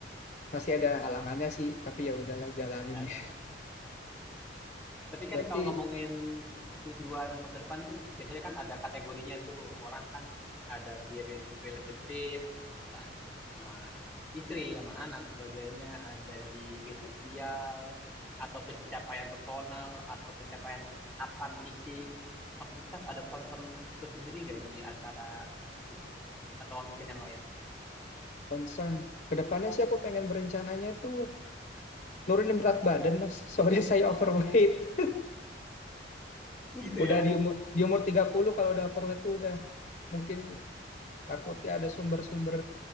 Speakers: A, on the left; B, in the centre.
A: masih ada halangannya sih, tapi ya udahlah jalanin
B: Oke, ada.
A: ya. <laughs>
B: Tapi
A: Berarti
B: kan kalau ngomongin tujuan masa depan tuh biasanya kan ada kategorinya tuh. Orang kan ada di re- relationship entah sama istri, sama anak sebagainya, ada di finansial atau pencapaian personal atau pencapaian kesehatan fisik. Mas Gustaf ada concern tersendiri nggak di antara itu atau mungkin yang lain?
A: concern kedepannya sih aku pengen berencananya tuh nurunin berat badan mas. <laughs> Soalnya saya overweight.
B: <laughs>
A: <laughs>
B: Gitu
A: Udah
B: ya.
A: di umur di umur 30 kalau udah overweight tuh udah mungkin takutnya ada sumber-sumber